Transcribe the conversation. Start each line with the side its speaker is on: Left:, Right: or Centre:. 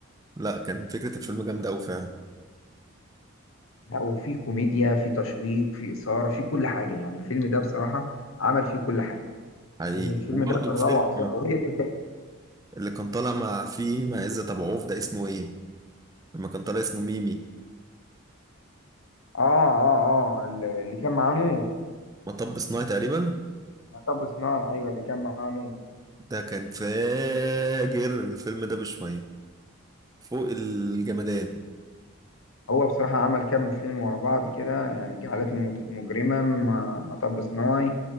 Right: لا كان فكرة الفيلم جامدة أوي فعلا
Left: لا وفي كوميديا في تشويق في اثاره في كل حاجه يعني الفيلم ده بصراحه عمل فيه كل حاجه
Right: حقيقي
Left: الفيلم
Right: وبرضه
Left: ده كان
Right: الفيلم
Left: روعه بصراحه وهي دي بدايته
Right: اللي كان طالع مع فيه مع عزت أبو عوف ده اسمه ايه؟ لما كان طالع اسمه ميمي
Left: اه اه اه اللي كان معاه نور
Right: مطب صناعي تقريبا
Left: مطب صناعي ايوه اللي كان معاه نور
Right: ده كان فاجر الفيلم ده بشوية فوق الجمدان
Left: هو بصراحة عمل كام فيلم ورا بعض كده يعني جعلتني مت- مجرما ما- مطب صناعي